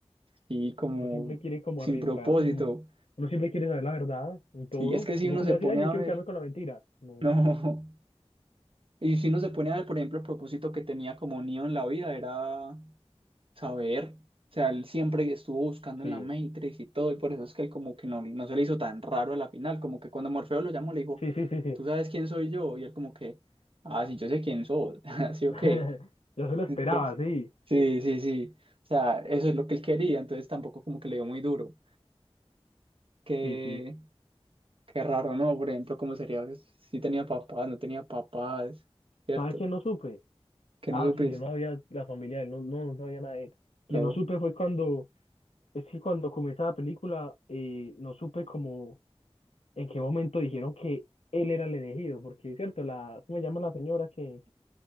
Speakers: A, on the right; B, on the left.
A: Y como
B: Uno siempre quiere como
A: sin
B: arriesgarse,
A: propósito.
B: como uno siempre quiere saber la verdad en todo.
A: Sí, es que si
B: Uno
A: uno
B: como
A: se
B: va
A: pone
B: a decir, ay, yo
A: a
B: quiero
A: ver,
B: quedarme con la mentira.
A: <laughs>
B: No,
A: no. Y si uno se pone a ver, por ejemplo, el propósito que tenía como Neo en la vida era saber. O sea, él siempre estuvo buscando
B: sí,
A: en la Matrix y todo, y por eso es que él como que no, no se le hizo tan raro a la final, como que cuando Morfeo lo llamó le dijo,
B: sí, sí, sí, sí.
A: ¿tú sabes quién soy yo? Y él como que, ah, sí, yo sé quién soy, <laughs> así o
B: <laughs>
A: qué.
B: Yo se lo esperaba,
A: Entonces,
B: sí,
A: sí, sí, sí. O sea, eso es lo que él quería, entonces tampoco como que le dio muy duro. Qué,
B: sí, sí.
A: qué raro, ¿no? Por ejemplo, ¿cómo sería si tenía papás, no tenía papás, ¿cierto?
B: ¿Sabes quién no supe?
A: Que
B: Ah,
A: no supiste?
B: sí, yo no había la familia de él, no, no, no sabía nada de él. Quien
A: No.
B: no supe fue cuando, es que cuando comienza la película, eh, no supe como en qué momento dijeron que él era el elegido, porque es cierto, la, ¿cómo se llama la señora que?